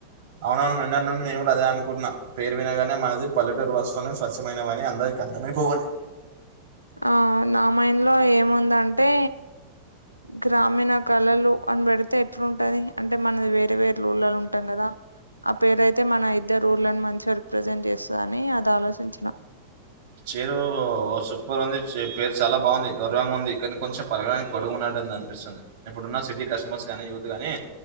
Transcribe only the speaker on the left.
ఆ నా మైండ్లో ఏముందంటే గ్రామీణ కళలు అనిబెడితే ఎట్లుంటది అంటే మనది వేరే వేరే ఊళ్ళలు ఉంటాం కదా ఆ పేరయితే మన ఇద్దరూళ్ళను మంచిగా రిప్రజెంట్ చేస్తదని అది ఆలోచించిన